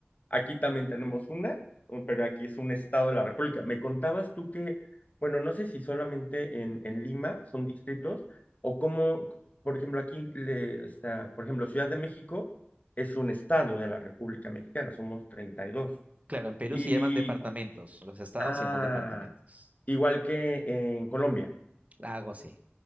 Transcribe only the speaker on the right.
Claro, en Perú
se llaman departamentos,
los estados
se llaman departamentos,
algo así.